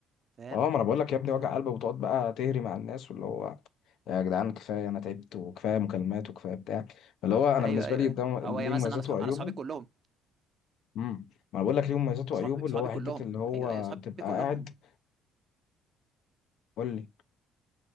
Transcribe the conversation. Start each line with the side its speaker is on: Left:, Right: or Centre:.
Right: فاهم
Left: اه ما انا بقول لك يا ابني
Right: ف
Left: وجع قلب وتقعد بقى تهري مع الناس واللي هو يا جدعان كفاية انا تعبت وكفاية مكالمات وكفاية بتاع اللي هو انا
Right: ايوه
Left: بالنسبة
Right: ايوه
Left: لي
Right: ايوه
Left: ده
Right: هو
Left: ليه
Right: يا مثلا
Left: مميزاته
Right: انا صح...
Left: وعيوبه
Right: انا صحابي كلهم
Left: امم ما انا بقول لك ليه مميزاته
Right: صحابي
Left: وعيوبه اللي
Right: صحابي
Left: هو
Right: كلهم
Left: حتة اللي هو
Right: ايوه ايوه صحابي
Left: بتبقى
Right: كلهم
Left: قاعد قول لي